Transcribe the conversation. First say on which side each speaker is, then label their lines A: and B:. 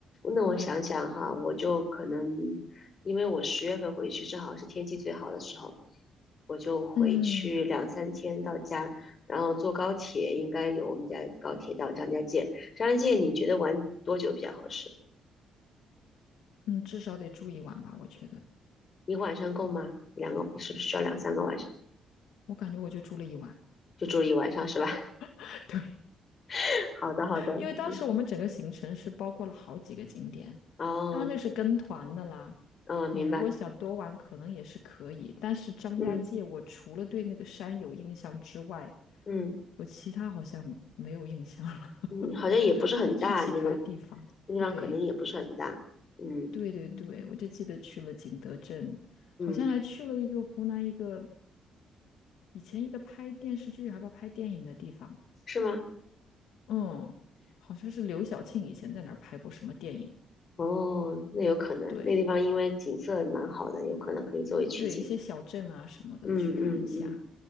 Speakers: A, on the left; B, on the left.
A: 那我想想哈，
B: 对，
A: 我就可能因为我十月份回去，正好是天气最好的时候，我就回去两三天到家，
B: 嗯
A: 然后坐高铁，应该有我们家高铁到张家界。张家界你觉得玩多久比较合适？
B: 嗯，至少得住一晚吧，我觉得。
A: 一个晚上够吗？两个是不是需要两三个晚上？
B: 我感觉我就住了一晚。
A: 就住了一晚上是吧？
B: <laughs>
A: <laughs> 好的，好的。
B: 因为当时我们整个行程是包括了好几个景点，
A: 嗯哦，
B: 当然那是跟团的啦。
A: 嗯，明白。
B: 你如果想多玩，可能也是可以。但是张家界，
A: 嗯
B: 我除了对那个山有印象之外，
A: 嗯
B: 我其他好像没有印象了，
A: 嗯，好像也不是很大，
B: <laughs> 没去其他地方。
A: 那个那地方可能也不是很大，
B: 对，
A: 嗯
B: 对对对，我就记得去了景德镇，好像还去了一个湖南一个
A: 嗯，
B: 以前一个拍电视剧还不拍电影的地方，
A: 是吗？
B: 嗯，好像是刘晓庆以前在哪儿拍过什么电影。
A: 哦，那有可能，
B: 对，
A: 那地方因为景色蛮好的，有可能可以作为取景。
B: 对，一些小镇啊什么的去看一下。
A: 嗯嗯嗯，